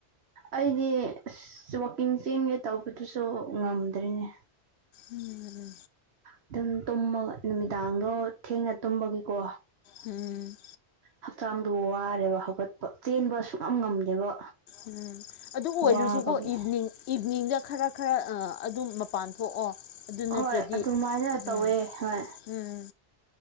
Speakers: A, on the right; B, on the left.
A: ꯑꯩꯗꯤ ꯏꯁ ꯋꯥꯛꯀꯤꯡ ꯆꯦꯟꯒꯦ ꯇꯧꯕꯗꯨꯁꯨ ꯉꯝꯗ꯭ꯔꯦꯅꯦ
B: ꯎꯝ
A: ꯑꯗꯨꯝ ꯇꯨꯝꯃꯒ ꯅꯨꯃꯤꯗꯥꯡꯗꯣ ꯊꯦꯡꯅ ꯇꯨꯝꯕꯒꯤꯀꯣ
B: ꯎꯝ
A: ꯍꯛꯆꯥꯡꯗꯣ ꯋꯥꯔꯦꯕ ꯍꯧꯒꯠꯄ ꯇꯦꯟꯕ ꯁꯨꯛꯉꯝ ꯉꯝꯗꯦꯕ
B: ꯎꯝ ꯑꯗꯨ ꯑꯣꯏꯔꯁꯨꯀꯣ
A: ꯋꯥꯕꯒꯤ
B: ꯏꯚꯤꯅꯤꯡ ꯏꯚꯤꯅꯤꯡꯗ ꯈꯔ ꯈꯔ ꯑꯗꯨꯝ ꯃꯄꯥꯟ ꯊꯣꯛꯑꯣ ꯑꯗꯨ ꯅꯠꯇ꯭ꯔꯗꯤ
A: ꯍꯣꯏ ꯑꯗꯨꯃꯥꯏꯅ ꯇꯧꯋꯦ
B: ꯎꯝ
A: ꯍꯣꯏ
B: ꯎꯝ